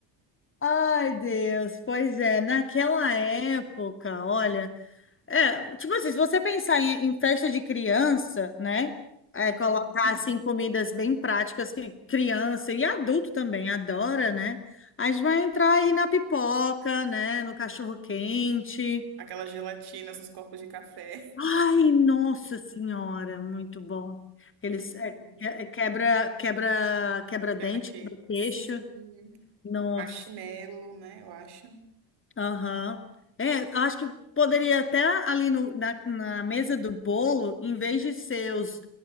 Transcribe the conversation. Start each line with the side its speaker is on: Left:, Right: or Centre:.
Left: Ai, Deus, pois é, naquela época, olha, é, tipo assim, se você pensar em, em festa de criança, né, é,
Right: Uhum.
Left: colocar, assim, comidas bem práticas que criança e adulto também adora, né, a gente vai entrar aí na pipoca, né, no cachorro-quente,
Right: Aquelas gelatinas nos copos de café.
Left: ai, nossa senhora, muito bom, eles
Right: Uhum.
Left: é, que- é, quebra, quebra, quebra dente,
Right: Quebra-queixo.
Left: quebra queixo,
Right: Sim.
Left: nossa.
Right: Marshmallow, né? Eu acho.
Left: Aham. É, acho que poderia até ali no, na, na mesa do bolo, em vez de ser os,